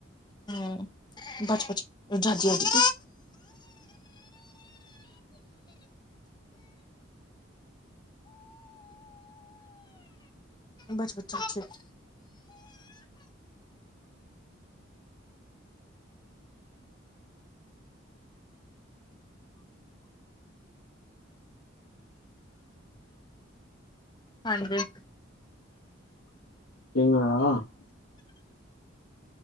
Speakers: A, on the left (about 25°); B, on the left (about 80°).
A: ਹਮ, ਬਚਪਚਜੀ ਹਜੀ ਬਚਪਚਨ 'ਚ <unintelligible> <unintelligible> ਹਣਦੇ <unintelligible> <unintelligible>
B: ਤੇ <unintelligible> <unintelligible>